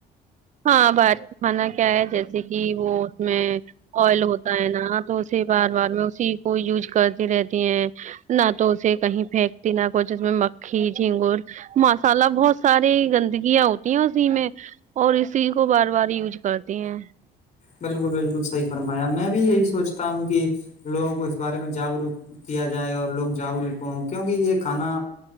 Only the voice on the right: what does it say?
ہاں باہر کھانا کیا ہے جیسے کہ وہ اس میں آئل ہوتا ہے نا تو اسے بار بار میں اسی کو یوز کرتی رہتی ہیں نہ تو اسے کہیں پھینکتی نہ کچھ ج اس میں مکھی جھینگور مسالہ بہت ساری گندگیاں ہوتی ہیں اسی میں اور اسی کو بار بار یوز کرتی ہیں